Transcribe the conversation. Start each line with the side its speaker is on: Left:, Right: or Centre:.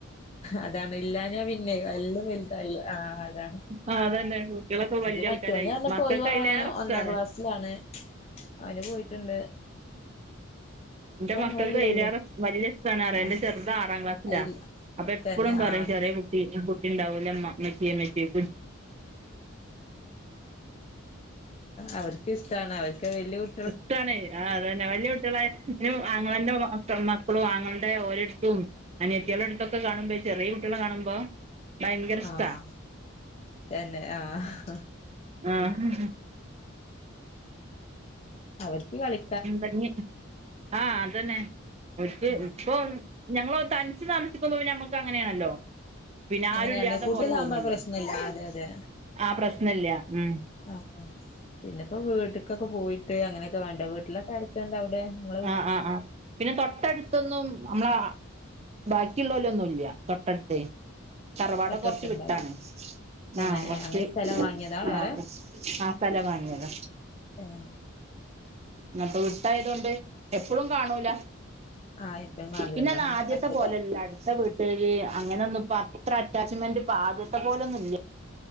Left: അതാണ് ഇല്ലാനാ പിന്നെ എല്ലും വലുതായില്ലേ ആഹ് അതാണ്
Right: ആഹ് അതന്നെ കുട്ടികളൊക്കെ
Left: ഇൻക്ക്
Right: വലിയ ആൾക്കാരായി
Left: മറ്റോന് പറഞ്ഞപ്പോര്
Right: മക്കൾക്ക് അയിലേറെ ഇഷ്ടാണ്
Left: ഒന്നാം ക്ലാസിലാണ് അവന് പോയിട്ട്ണ്ട്
Right: ഇന്റെ മക്കൾക്ക്
Left: ഇങ്ങളെല്ലേ
Right: അയിലേറെ
Left: ഉള്ളൂ
Right: ഇഷ് വല്ല്യേ ഇഷ്ട്ടാനറയ
Left: ആഹ്
Right: എന്റെ ചെറുത് ആറാം ക്ലാസ്സിലാ
Left: അയിൽ
Right: അപ്പൊ എപ്പളും
Left: തന്നെ
Right: പറീം
Left: ആഹ്
Right: ചെറിയ കുട്ടി കുട്ടിണ്ടാവൂലേമ്മാ ഇമ്മച്ചിയേ ഇമ്മച്ചിയേ
Left: അവര്ക്ക് ഇഷ്ടാണ് അവര്ക്ക് വല്ല്യേ കു
Right: കിട്ടാണേ ആഹ് അതന്നെ വലിയ കുട്ടിയാളായ പിന്നം ആങ്ങളെന്റെ മ മക്ക മക്കളും ആങ്ങളൻ്റെ ഓലട്ത്തും അനിയത്തിയാളെടുത്തൊക്കെ കാണുമ്പേ ചെറിയ കുട്ടിയാളെ കാണുമ്പോ ഭയങ്കര ഇഷ്ട്ടാ
Left: ആഹ് തന്നെ ആഹ്
Right: ആഹ്
Left: അവർക്ക് കളി
Right: ഇണ്ടങ്ങി ആഹ് അതന്നെ ഓര്ക്ക്
Left: ആഹ്
Right: ഇപ്പൊ ഞങ്ങളോ തനിച്ചു താമസിക്കുമ്പോ ഞമ്മക്ക് അങ്ങനെയാണല്ലോ പിന്നെ
Left: അങ്ങനെയാണ്
Right: ആരുഇല്ല്യാത്ത
Left: കൂടുതലാകുമ്പോ
Right: പോലെ തോന്നല്ലോ
Left: പ്രശ്നല്ല അതെ അതെ
Right: ആ പ്രശ്നല്ല ഉം
Left: ആഹ് പിന്നെപ്പോ വീട്ട്ക്കൊക്കെ പോയിട്ട് അങ്ങനെയൊക്കെ വാണ്ടേ വീട്ടിലൊക്കെ ആരെ കെന്താ അവടെ വ
Right: ആഹ് ആഹ് ആഹ് പിന്നെ തൊട്ടടുത്തൊന്നും അമ്മളെ ബാക്കിയുള്ളോലൊന്നുംല്ല തൊട്ടടുത്തേ തറവാടൊക്കേ
Left: തൊട്ടടുത്തുണ്ടാവില്ല
Right: കൊറച്ച് വിട്ടാണ്
Left: തന്നെ
Right: ആഹ് കൊർച്ച്
Left: അങ്ങനെ സ്ഥലം വാങ്ങിയതാ വേറെ
Right: ആഹ് ആ സ്ഥലം വാങ്ങിയതാ
Left: ഏഹ്
Right: അപ്പൊ വിട്ടായതോണ്ട് എപ്പളും കാണൂല
Left: ആഹ് എപ്പഴും കാണലുണ്ടാവില്ല
Right: പിന്നെന്നാ ആദ്യത്തെ
Left: മറ്റേത്
Right: പോലല്ല അടുത്ത വീ ട്ടുകാര് അങ്ങനൊന്നും ഇപ്പ അത്ര അറ്റാച്ച്മെന്റ് ഇപ്പ ആദ്യത്തെ പോലൊന്നും ഇല്ല